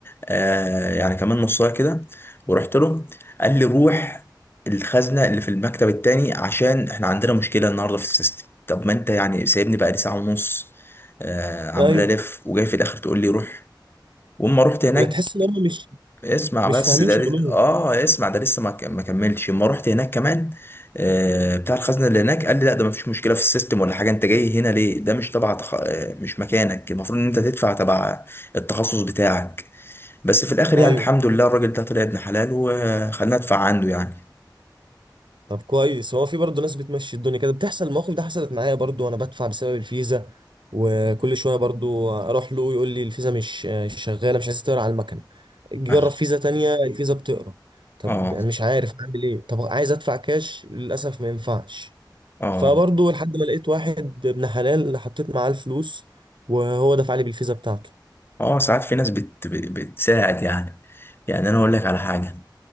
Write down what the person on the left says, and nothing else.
آه، يعني كمان نص ساعة كده ورحت له قال لي روح الخزنة اللي في المكتب التاني عشان احنا عندنا مشكلة النهاردة في السيستم طب ما انت يعني سايبني بقى لي ساعة ونص آه، عمال
الف وجاي في الاخر تقول لي روح واما رحت هناك
اسمع
بس
ده
لس- اه اسمع ده لسه ما ك- ما كملش اما رحت هناك كمان آه بتاع الخزنه اللي هناك قال لي لا ده ما فيش مشكله في السيستم ولا حاجه انت جاي هنا ليه ده مش تبع تخ... آه، مش مكانك المفروض ان انت تدفع تبع التخصص بتاعك بس في الاخر
يعني الحمد لله الراجل ده طلع ابن حلال وخلنا ندفع عنده يعني
قال-
اه
اه
اه ساعات في ناس بت... بت- بتساعد يعني يعني انا اقول لك على حاجه